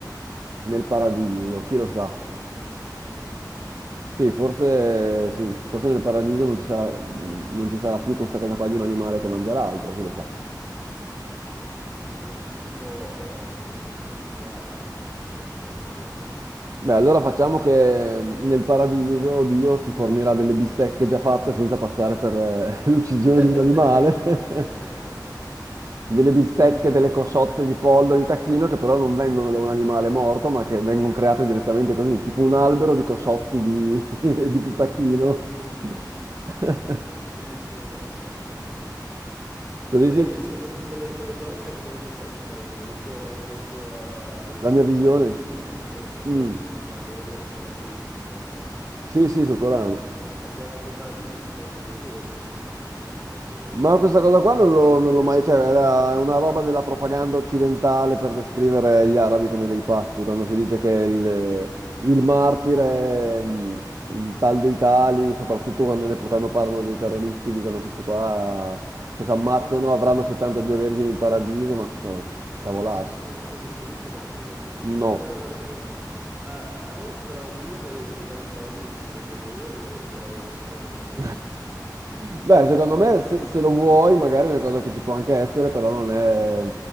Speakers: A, on the right (about 50°); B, on the right (about 20°).
A: Nel paradiso, chi lo sa?
B: ma secondo me no, dai.
A: Sì, forse, sì, forse nel paradiso non ci sarà, non ci sarà più questa cosa qua di un animale che mangia l'altro, chi lo sa.
B: Eh, sei puro spirito, non, non uccidi, dai, non- non- sei per, la- per la vita.
A: Beh, allora facciamo che nel paradiso Dio ti fornirà delle bistecche già fatte senza passare per eh, <laughs> l'uccisione
B: <laughs>
A: di un animale. <laughs> Delle bistecche, delle cosciotte di pollo, di tacchino che però non vengono da un animale morto, ma che vengono create direttamente così, tipo un albero di cosciotti di, <laughs> di tacchino. <laughs>
B: Bellissima idea, sì, mi piace.
A: Così
B: E poi
A: si
B: invece co- con le, con le donne come lo mettiamo in paradiso? Il tuo, il tuo eh, dicevi
A: La mia visione?
B: che c'era il musco bianco, c'era
A: Mm.
B: il musco bianco, dove hai letto quella cosa lì sul Corano, c'è scritto.
A: Sì, sì, sul Corano.
B: E c'era anche il paradiso e 72 vergini, mi sembra, che parlava una cosa del
A: Ma
B: genere.
A: questa
B: no?
A: cosa qua non l'ho non l'ho mai... Cioè, era è una roba della propaganda occidentale per descrivere gli arabi come dei pazzi, quando si dice che il, il martire, mm, il tal dei tali, soprattutto quando, ne- quando parlano dei terroristi, dicono questi qua, se si ammazzano
B: Ah, quindi
A: avranno 72 vergini in paradiso, ma cioè, cavolate.
B: non c'è sc- non- non c'è scritto quella cosa lì. <laughs> Allora,
A: No.
B: dove vale? Ah, beh, io speravo comunque che di andare in paradiso con 72 vergini, speravo che c'era questa cosa
A: <laughs>
B: qua.
A: Beh, secondo me se, se lo vuoi, magari è una cosa che ci può anche essere, però non è